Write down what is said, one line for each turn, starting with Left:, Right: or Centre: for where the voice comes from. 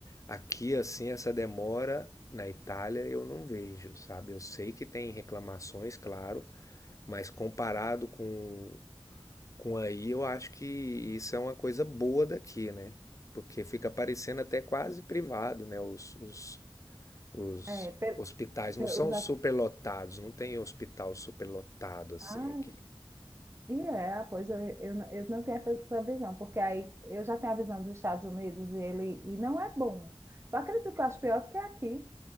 Left: aqui assim, essa demora na Itália eu não vejo, sabe? Eu sei que tem reclamações, claro, mas comparado com, com aí, eu acho que isso é uma coisa boa daqui, né? Porque fica parecendo até quase privado, né? Os, os, os
Right: É, per-
Left: hospitais não
Right: per-
Left: são
Right: os
Left: superlotados, não tem hospital superlotado assim
Right: Ah,
Left: aqui.
Right: e é, ah, pois eu, eu, não- eu não tenho essa visão, porque aí eu já tenho a visão dos Estados Unidos e ele e não é bom. Tu acredita que eu acho pior do que aqui?